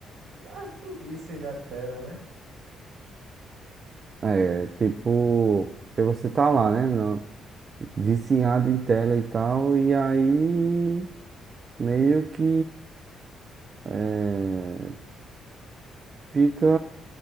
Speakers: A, on the right; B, on the right.
A: na- nos vícios da tela, né?
B: É, tipo, que você tá lá, né? na- viciado em tela e tal, e aí meio que é, fica.